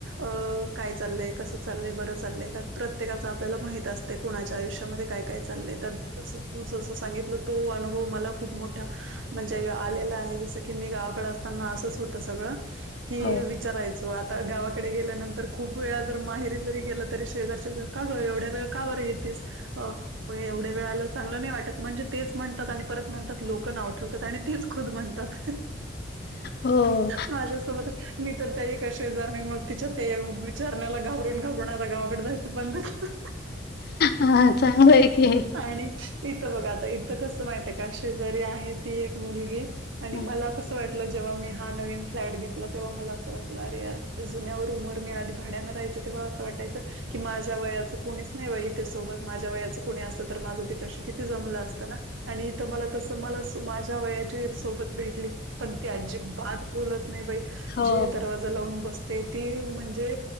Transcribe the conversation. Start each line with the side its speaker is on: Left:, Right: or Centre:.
Right: अ काय चाललंय कस चालय बरं चालय का प्रत्येकाच आपल्याला माहित असतं. ते कोुणाच्या आयुष्यामध्ये काय काय चाललंय तर तस तू जस सांगितलं तो अनुभव मला खूप मोठा म्हणजे आलेलं आहे जस की मी गावाकडे असताना असंच होत सगळं की
Left: हो
Right: विचारायचं. तो आता गावाकडे गेल्यानंतर खूप वेळा जर माहेरी जरी गेला तरी शेजारच्या का ग एवढ्या वेळ. का बर येतीस एवढे वेळ आ चांगलं नाही वाटत म्हणजे तेच म्हणतात. लोक नाव ठेवतात आणि तेच खुद म्हणतात
Left: हो
Right: माझ्यासोबत. मी तर त्या एकाश जाण्यामुळे तिच्या त्या विचारण्याला घाबरून. घाबरून आणि आता गावाकडे जायचं बंद केलं
Left: हां, चांगलं आहे की.
Right: आणि. इथं बघ आता इथं कसं माहित आहे का शेजारी आहे ती एक मुलगी आणि
Left: हो,
Right: मला कसं वाटत जेव्हा मी हा नवीन फ्लॅट घेतला तेव्हा मला असं वाटलं अरे यार जुन्यावर वर मी आले भाड्याना राहायचो तेव्हा वाटायचं कि माझ्या वयाचं कोणीच नाही बाई इथे सोबत माझ्या वयाचं कोणी असत तर माझं तिच्याशी किती जमलं असतं ना. आणि तुम्हाला तस <unintelligible> माझ्या वयाचीच सोबत भेटली पण ती आजीबात बोलत नाही बाई
Left: हो.
Right: जे दरवाजा लावून बस ते ती म्हणजे